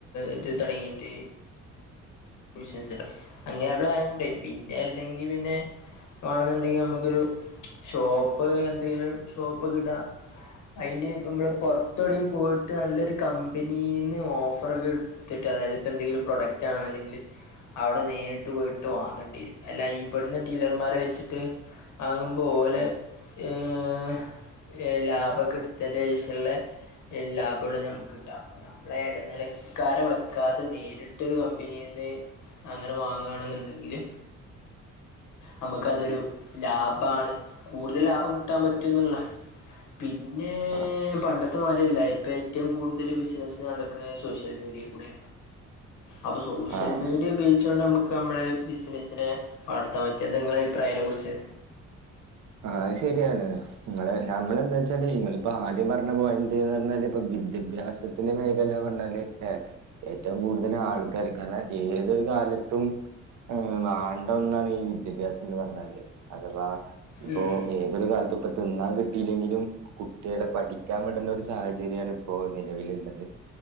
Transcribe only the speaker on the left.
ഇത് തൊടങ്ങീട്ട് ബിസിനസ്സ് ഇടാം അങ്ങെന പ്ലാനിണ്ട് പിന്നെ അല്ലെങ്കി പിന്നെ വേണംന്നുണ്ടെങ്കി നമുക്കൊരു ഷോപ്പ് എന്തെങ്കിലും ഷോപ്പക്കിടാം അയിന് ഇപ്പം നമ്മള് പൊറത്തൂടെ പോയിട്ട് നല്ലൊരു കംമ്പനീന്ന് ഓഫറൊക്കെ ഇ ത്തിട്ടാ ആതായിത് ഇപ്പം എന്തേലും പ്രോഡക്റ്റ് ആണെന്നിണ്ടെങ്കില് അവ്ടെ നേരിട്ട് പോയിട്ട് വാങ്ങണ്ടി വെരും അല്ലാ ഇബ്ടുന്ന് ഡീലർമാരെ വെച്ചിട്ട് ആകുംമ്പോലേ ഏഹ് ഹേ ലാഭൊക്കെ എടുത്തേന്റെഷൊള്ള ഏ ലാഭൊള്ള ഞമ്മക്ക് കിട്ട നമ്മളെ എടനിലക്കാരെ വെക്കാതെ നേരിട്ട് ഒരു കംമ്പനി---കംമ്പനി നെ അങ്ങനെ വാങ്ങാണെന്നുണ്ടെങ്കില് നമ്മക്കതൊരു ലാഭാണ് കൂടുതൽ ലാഭം കിട്ടാൻ പറ്റുന്നുള്ള പിന്നെ
പണ്ടത്തെമാരി അല്ല ഇപ്പം ഏറ്റവും കൂടുതൽ ബിസിനസ്സ് നടക്കണത് സോഷ്യൽ മീഡിയ കൂടി അപ്പ സൗ സഷ്യൽ
മീഡിയ ഉപയോയിച്ചോണ്ട് നമുക്ക് നമ്മളെ ബിസിനസ്സിനെ വളർത്താൻ പറ്റും എന്താ നിങ്ങള അയിപ്രായം യിന കുറിച്ച്
ഉം,